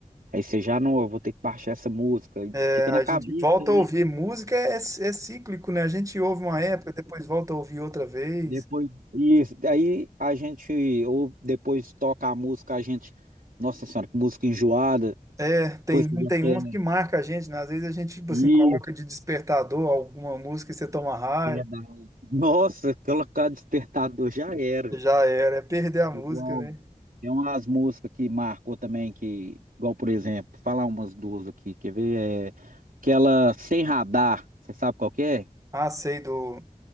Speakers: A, on the right (about 85°); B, on the right (about 25°).
A: aí você já, não, eu vou ter que baixar essa música, e
B: é,
A: fica
B: A
A: na cabeça,
B: gente volta
A: né?
B: a ouvir. Música é, é é cíclico, né? A gente ouve uma época, depois volta a ouvir outra vez.
A: Depois, isso, aí a gente, ou depois toca a música, a gente, nossa senhora, que música enjoada,
B: É,
A: depois
B: tem,
A: você já
B: tem
A: quer
B: umas que marca a gente, né? Às vezes a gente, tipo
A: ir,
B: assim, coloca de despertador alguma música e você toma raiva.
A: verdade. Nossa, <laughs> colocar despertador já era.
B: Já era, é perder a música,
A: Igual,
B: né?
A: tem umas músicas que marcou também, que, igual, por exemplo, falar umas duas aqui, quer ver? É, aquela Sem Radar, você sabe qual que é?
B: Ah, sei do.